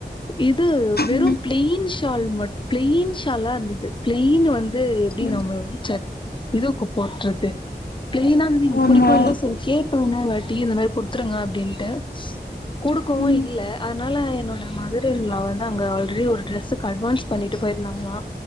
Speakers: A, on the left; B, on the left.
A: இது வெறும்
B: ம்
A: பிலைன் ஷால் மட் பிலைன் ஷாலா இருந்தது பிளைன் வந்து எப்டி
B: ம்,
A: நம்ம சர்ச் இதுக்கு போட்றது பிளைனா ம்
B: ஆமா
A: பிடிக்கும்ல்ல சரி கேட்டோ இன்னோர்வாட்டி இந்த மாரி குட்துருங்கோ அப்டின்ட்டு குடுக்கவு
B: ம்
A: இல்ல அதனால என்னோட மதரின்லா வந்து அங்க ஆல்ரெடி ஒரு ட்ரெஸ்ஸுக்கு அட்வான்ஸ் பண்ணிட்டு போயிருந்தாங்ளா